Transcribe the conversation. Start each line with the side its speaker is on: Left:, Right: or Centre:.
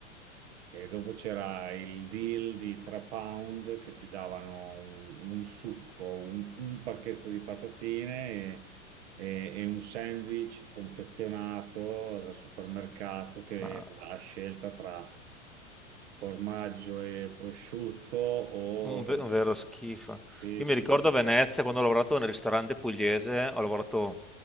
Right: e dopo c'era il deal di 3 pound che ti davano un, un succo, un, un pacchetto di patatine e, e- e un sandwich confezionato dal supermercato che
Centre: Ma
Right: ha scelta tra formaggio e prosciutto o...
Centre: Un, ve- un vero schifo.
Right: eh,
Centre: Io
Right: sì,
Centre: mi ricordo
Right: sì.
Centre: a Venezia quando ho lavorato nel ristorante pugliese, ho lavorato